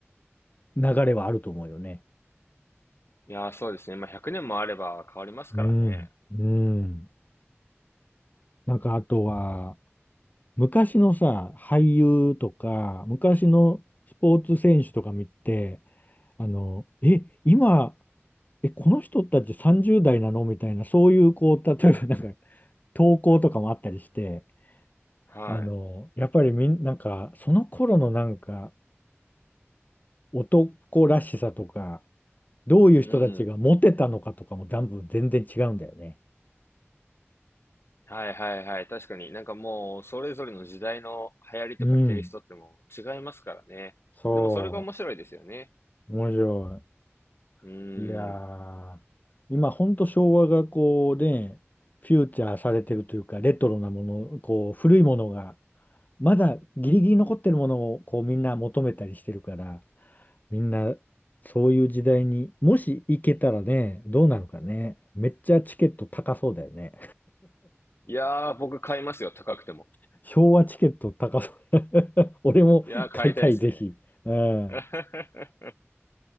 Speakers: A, on the left (about 40°); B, on the left (about 60°).
A: う、流れはあると思うよね。
B: いやー、そうですね。まあ、100年もあれば変わりますからね。
A: うん、うん。なんかあとは、昔のさ、俳優とか、昔のスポーツ選手とか見て、あの、え、今、え、この人たち30代なのみたいな、そういう、こう、例えばなんか、投稿とかもあったりして、
B: は
A: あの、やっぱりみん、なんか、その頃のなんか、男らしさとか、どういう人たちがモテたのかとかも、
B: い。うん。
A: 全部全然違うんだよね。
B: はいはいはい。確かに。なんかもう、それぞれの時代の流行りとかテイストってもう違いますからね。
A: うん。そ
B: でもそれが面白いですよね。
A: う。面白い。
B: うん。
A: いやー、今ほんと昭和がこうね、フューチャーされてるというか、レトロなもの、こう古いものが、まだギリギリ残ってるものをこうみんな求めたりしてるから、みんなそういう時代にもし行けたらね、どうなるかね。めっちゃチケット高そうだよね。
B: いやー、僕買いますよ。高くても。
A: <laughs> 昭和チケット高そう。<laughs> 俺も買いたい、
B: いやー、買いたいですね。
A: ぜひ。
B: <laughs>
A: うん。